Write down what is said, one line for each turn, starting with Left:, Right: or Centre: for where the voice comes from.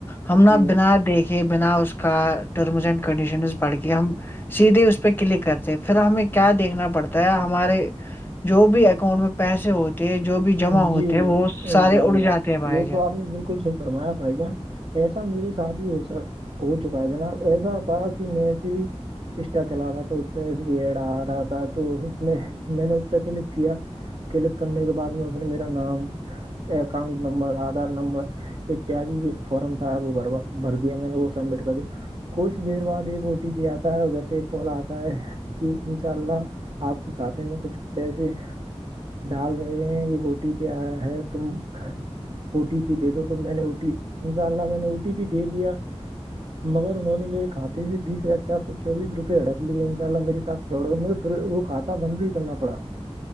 Left: ہم نہ
Right: جی جناب
Left: بنا دیکھے بنا اس کا ٹرمس اینڈ کنڈیشنز پڑ کے ہم سیدھے اس پہ کلک کرتے ہیں پھر ہمیں کیا دیکھنا پڑتا ہے ہمارے جو بھی اکاؤنٹ میں پیسے ہوتے تو جو بھی جمع
Right: جی
Left: ہوتے ہیں وہ
Right: انشاء
Left: سارے اڑ
Right: اللہ
Left: جاتے ہیں بھائی
Right: یہ
Left: جان
Right: تو آپ نے بالکل صحیح فرمایا بھائی ج ایسا میرے ساتھ بھی ہو ہو چکا ہے جناب ایسا تھا کہ میں سے اسٹا چلا رہا تھا اس سے ریڑ آ رہا تھا تو اس نے میں نے اس سے کلک کیا کلک کرنے کے بعد میں اس نے میرا نام اکاؤنٹ نمبر آدھار نمبر اتیاد فارم تھا وہ بھرا بھر دیا میں نے وہ سبمٹ کر دیا کچھ دیر بعد ایک اوٹی پہ آتا ہے ادھر سے ایک کال آتا ہے کہ انشاء اللہ آپ کے کاتے میں کچھ پیسے ڈال رہے ہیں یہ او ٹی پی آیا ہے تم او ٹی پی دے دو ت میں نے اٹی انشاء اللہ میں نے او ٹی پی دے دیا مگر انہوں نے میرے خاتے سے بیس ہزار چار سو چوبیس روپئے ہڑپ لیے ان شاء اللہ میرےاتھ رڑوں میں پھر وہ کھاتا بند ہی کرنا پڑا